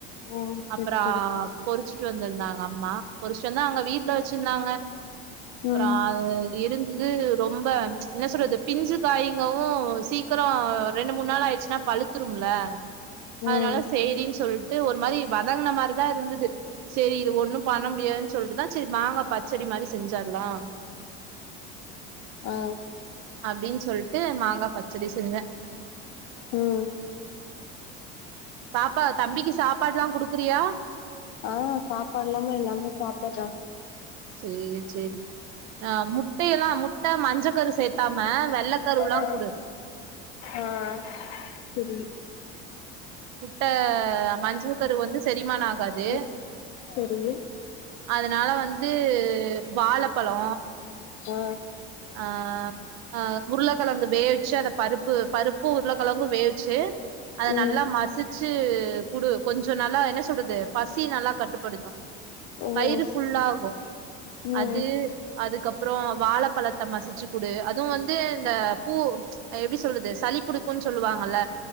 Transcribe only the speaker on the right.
அப்பற
பொறிச் டு வந்திருந்தாங்க அம்மா பொருச்சுட்டு வந்து அங்க வீட்ல வச்சிருந்தாங்க அப்புற
அது இருந்து இது ரொம்ப என்ன சொல்றது பிஞ்சு காயிங்கவு சீக்கிர ரெண்டு மூணு நாள்ளாயிடுச்சுன்னா பழுத்துரும்ல
அதனால சேரின் சொல் ஒரு மாரி வதங்குன மாதிரிதா இருந்தது செரி இது ஒண்ணு பண்ண முடியாதுன் சொல்லிட்டுதா செரி மாங்கா பச்சடி மாரி செஞ்சர்லா
அப்டின்னு சொல்ட்டு மாங்கா பச்சடி செஞ்சே
பாப்பா தம்பிக்கு சாப்பாட்ல்லா குடுக்குறியா
சாரி சரி ஆ முட்டையெல்லா முட்ட மஞ்ச கரு சேத்தாம வெள்ள கருல்லா
குடு
முட்ட மஞ்ச கரு வந்து சரி மான ஆகாது
அதனால வந்து வாழப் பலோ
ஆஹ் அஹ் உருளைக்கெழங்கு வேவிச்சு அந்த பருப்பு பருப்பும் உருளைக்கெழங்கும் வேவிச்சு அத
நல்லா மசிச்சு குடு கொஞ்சம் நல்லா என்ன சொல்றது பசி நல்லா கட்டுப்படுத்தும்
வயிறு ஃபுல்லாகும்
அது அதுக்கப்புறம் வாழைப்பழத் த மசிச்சு குடு அதுவும் வந்து இந்த
பூ எப்படி சொல்றது சளிப்புடிக்கும்ன்னு சொல்லுவாங்கல்ல